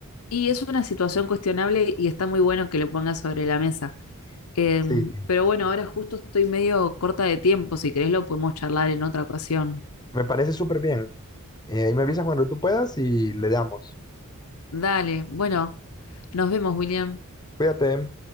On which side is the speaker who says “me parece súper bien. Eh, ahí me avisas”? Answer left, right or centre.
Left